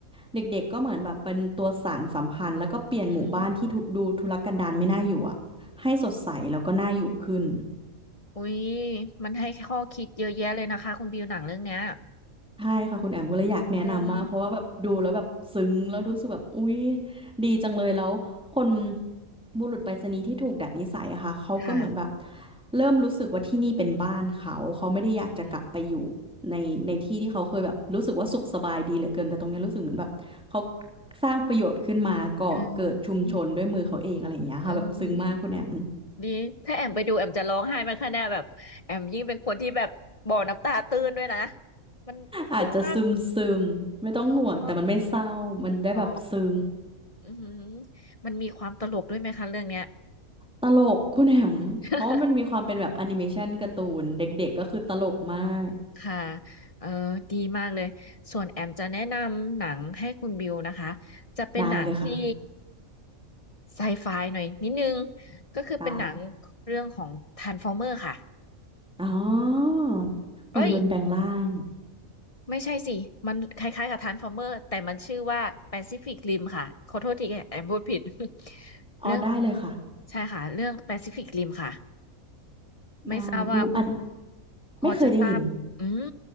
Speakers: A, in the centre; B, on the left.
A: เด็กๆก็เหมือนแบบเป็นตัวสานสัมพันธ์แล้วก็เปลี่ยนหมู่บ้านที่ทุดูทุรกันดารไม่น่าอยู่อะ
B: อืม
A: ให้สดใสแล้วก็น่าอยู่ขึ้น
B: อุ๊ยมันให้ข้อคิดเยอะแยะเลยนะคะคุณบิวหนังเรื่องเนี้ย
A: ใช่ค่ะคุณแอมก็เลยอยากแนะนำมากเพราะว่าแบบดูแล้วแบบซึ้งแล้วรู้สึกแบบอุ๊ย
B: อืม
A: ดีจังเลยแล้วคนบุรุษไปรษณีย์ที่ถูกดัดนิสัยอะค่ะเขาก็เหมือนแบบ
B: ค่ะ
A: เริ่มรู้สึกว่าที่นี่เป็นบ้านเขาเขาไม่ได้อยากจะกลับไปอยู่
B: อืม
A: ในในที่ที่เขาเคยแบบรู้สึกว่าสุขสบายดีเหลือเกินแต่ตรงเนี้ยรู้สึกเหมือนแบบเขาสร้างประโยชน์ขึ้นมาก่อเกิดชุมชนด้วยมือเขาเองอะไรอย่างเงี้ยค่ะแบบซึ้งมากคุณแอม
B: อืมอืม ดี ถ้าแอมไปดูแอมจะร้องไห้มันขนาดแบบแอมยิ่งเป็นคนที่แบบบ่อน้ำตาตื้นด้วยนะมันมันซึ้งมาก
A: อาจจะซึมซึมไม่ต้องห่วงแต่มันไม่เศร้ามันได้แบบซึ้ง
B: อ๋ออ๋ออืมมันมีความตลกด้วยไหมคะเรื่องเนี้ย
A: ตลกคุณแหม่มเพราะว่ามันมีความเป็นแบบแอนิเมชันการ์ตูนเด็กๆก็คือตลกมาก
B: <laughs> ค่ะเออดีมากเลย ส่วนแอมจะแนะนำหนังให้คุณบิวนะคะ จะเป็นหนังที่
A: ได้เลยค่ะ
B: ไซไฟหน่อยนิดนึง ก็คือเป็นหนังเรื่องของทรา
A: ได้
B: r ฟอร์เมอร์ค่ะ
A: อ๋อหุ่นยนต์แปลงร่าง
B: เอ้ย ไม่ใช่สิ มันคล้ายๆกับทานฟอร์เมอร์แต่มันชื่อว่าแปซิฟิกริมค่ะขอโทษทีแอมพูดผิด <laughs>
A: อ๋อได้เลยค่ะ
B: เรื่องใช่ค่ะเรื่องแปซิฟิกริมค่ะ ไม่ทราบว่าคุณ
A: ได้บิวอัน
B: พอจะทราบอืม
A: ไม่เคยได้ยิน